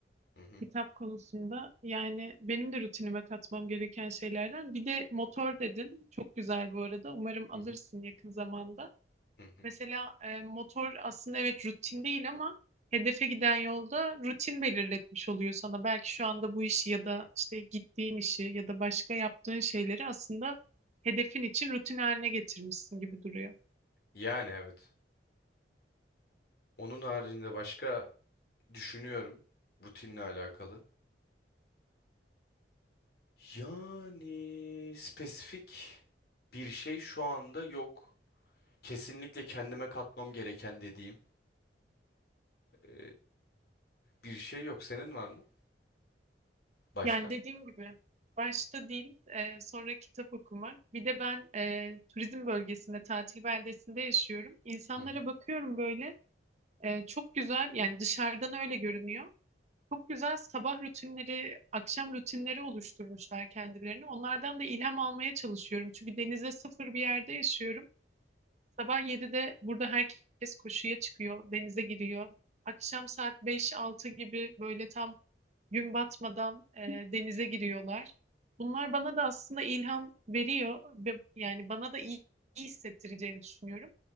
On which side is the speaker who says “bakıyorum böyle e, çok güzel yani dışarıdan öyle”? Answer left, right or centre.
Right